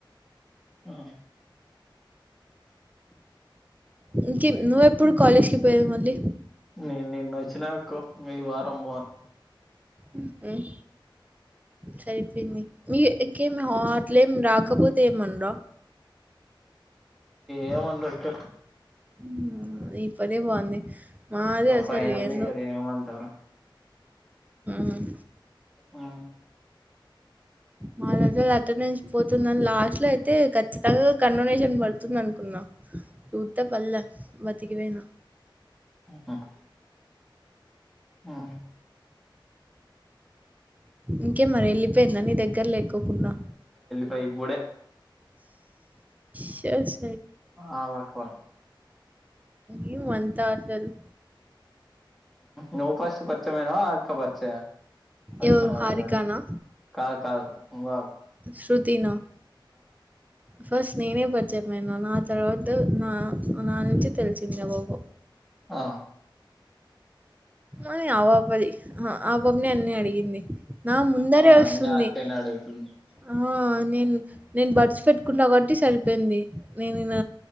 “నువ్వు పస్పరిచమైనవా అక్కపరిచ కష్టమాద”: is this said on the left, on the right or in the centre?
Centre